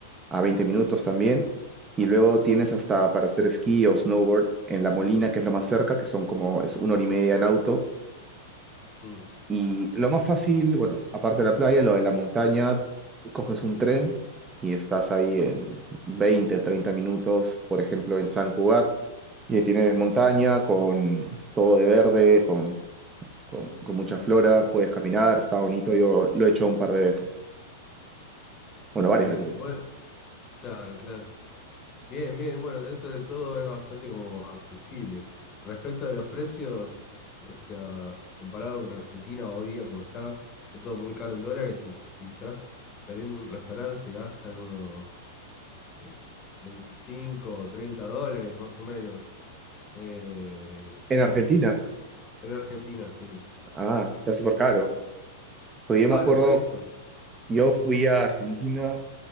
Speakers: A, on the right; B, on the left.
A: a 20 minutos también, y luego tienes hasta para hacer esquí o snowboard en La Molina, que es lo más cerca, que son como es una hora y media en auto,
B: mm,
A: y lo más fácil, bueno, aparte de la playa, lo de la montaña, coges un tren y estás ahí en 20 30 minutos, por ejemplo, en San Cugat, y ahí tienes montaña con todo de verde, con, con- con mucha flora, puedes caminar, está bonito, yo lo he hecho un par de veces, bueno, varias
B: bien,
A: veces lo he hecho.
B: bueno, claro, claro. Bien, bien, bueno, dentro de todo es bastante como accesible. Respecto de los precios, o sea, comparado con Argentina hoy día como está, está todo muy caro en dólares y quizás saliendo de un restaurante se gastan unos eh, 25 o 30 dólares más o menos. Eh,
A: En Argentina,
B: así, en Argentina, sí.
A: ah, está súper caro, pues
B: Es
A: yo
B: caro
A: me acuerdo,
B: por eso.
A: yo fui a Argentina